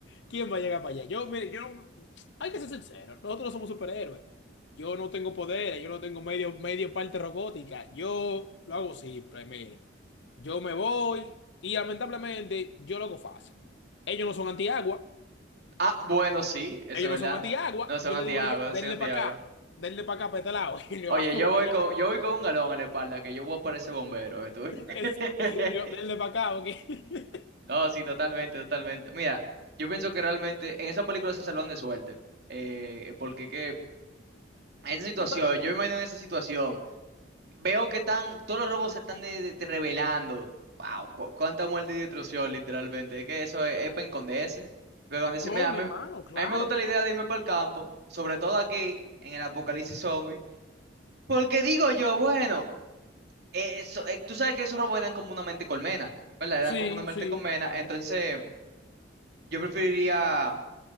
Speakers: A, on the left; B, on the right.
A: ¿Quién va a llegar para allá? Yo, mire, yo, hay que ser sincero, nosotros no somos superhéroes. Yo no tengo poderes, yo no tengo medio, medio parte robótica. Yo lo hago simple, mire. Yo me voy y lamentablemente yo lo hago fácil. Ellos no son antiagua,
B: Ah, bueno, sí, eso
A: ellos
B: es verdad.
A: no son antiagua.
B: No son
A: Yo
B: antiagua,
A: le digo a ellos,
B: no
A: denle
B: son antiagua.
A: para acá, denle para acá, para este lado, <laughs> y le
B: Oye,
A: vamos
B: yo
A: para
B: voy
A: allá.
B: con, yo voy con un galón a la espalda, que yo voy a parecer bombero, ¿eh, tú? <laughs>
A: Es- digo, denle para acá, ok. <laughs>
B: No, sí, totalmente, totalmente. Mira, yo pienso que realmente en esa película se salvan de suerte. Eh, porque que en esa situación,
A: Tú sabes que.
B: yo me imagino en esa situación. Veo que están, todos los robos se están de- de- de revelando. Wow, cu- cuánta muerte y destrucción, literalmente. Es que eso es, es para esconderse. Pero cuando dice,
A: Tome,
B: mira, a mí,
A: hermano, claro.
B: a mí me gusta la idea de irme para el campo, sobre todo aquí, en el apocalipsis zombie. Porque digo yo, bueno, eh, eso- eh, tú sabes que esos robos eran como una mente colmena, ¿verdad?
A: Sí,
B: Eran como una mente
A: sí,
B: colmena.
A: claro.
B: Entonces, yo preferiría